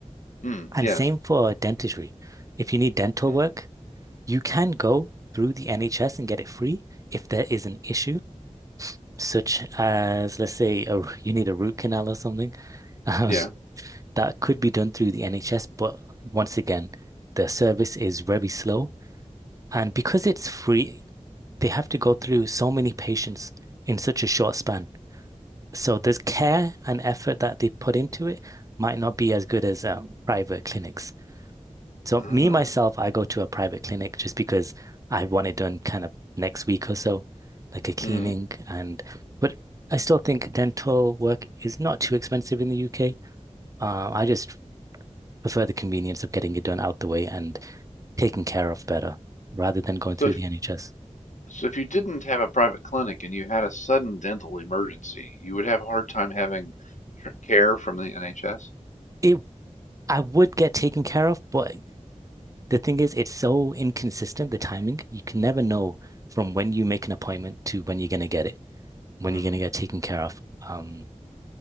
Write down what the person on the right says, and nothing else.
And
same for dentistry. If you need dental
work, you can go through the NHS and get it free if there is an issue such as, let's say, a, you need a root canal or something, <laughs> um,
that could be done through the NHS. But once again, the service is very slow. And because it's free, they have to go through so many patients in such a short span. So there's care and effort that they put into it might not be as good as um, private clinics. So
me, myself, I go to a private clinic just because I want it done kind of next week or so, like a cleaning
and but I still think dental work is not too expensive in the UK. Uh, I just prefer the convenience of getting it done out the way and taken care of better rather than going
through
the NHS.
It I would get taken care of, but the thing is it's so inconsistent, the timing. You can never know from when you make an appointment to when you're gonna get it, when
you're gonna get taken care of. Um